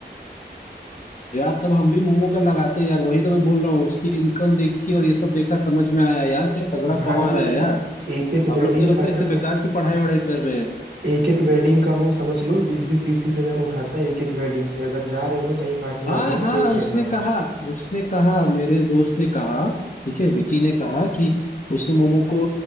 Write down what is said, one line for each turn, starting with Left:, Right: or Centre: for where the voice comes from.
Left: यार तब हम भी मोमो का लगाते यार वही तो मैं बोल रहा हूँ उसकी इनकम देखी और ये सब देखा समझ में आया यार क्या तगड़ा
Right: भाई
Left: कमा रहा है यार
Right: एक एक
Left: हम
Right: वेडिंग
Left: लोग तो लगता
Right: का
Left: है
Right: ना
Left: इससे बेकार की पढ़ाई वढ़ाई कर रहे हैं
Right: एक एक वेडिंग का वो समझ लो बीस बीस तीस तीस हजार उठाता है एक एक वेडिंग से अगर जा रहे हो ना कहीं पार्टी वार्टी
Left: हाँ
Right: में
Left: हाँ
Right: देख लेना
Left: उसने कहा उसने कहा मेरे दोस्त ने कहा ठीक है विकी ने कहा कि उसने मोमो को